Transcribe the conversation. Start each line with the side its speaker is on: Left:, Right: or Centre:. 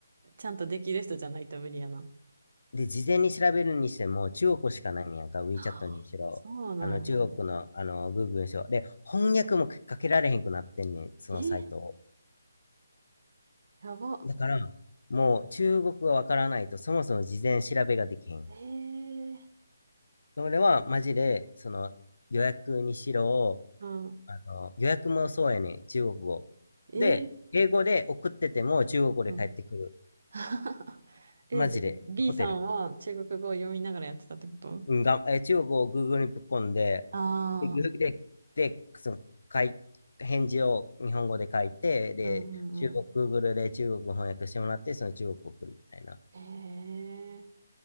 Right: ちゃんとできる人じゃないと無理やな。
Left: で、事前に調べるにしても、中国しかないんやんか、WeChat
Right: は
Left: にしろ、
Right: あ、そうなんや。
Left: あの、中国の、あの、Google にしろ。で、翻訳もかけられへんくなってんねん、そのサイトを。
Right: え、やば。
Left: だから、もう中国がわからないと、そもそも事前調べができへん。
Right: えー、
Left: それは、マジで、その、予約にしろ、
Right: うん。
Left: あの、予約もそうやねん、中国語。
Right: えー、
Left: で、英語で送ってても、中国語で帰ってくる。
Right: うん。<laughs> え、
Left: マジで、
Right: じゃあ、B
Left: ホテル。
Right: さんは中国語を読みながらやってたってこと
Left: うん、がん、えー中国を Google にぶっ込んで、
Right: ああー、
Left: で、ぐで、で、その、かい、返事を日本語で書いて、で、
Right: うんうんう
Left: 中国、Google で中国語翻訳してもらって、その中国を送るみたいな。
Right: ん。へえ、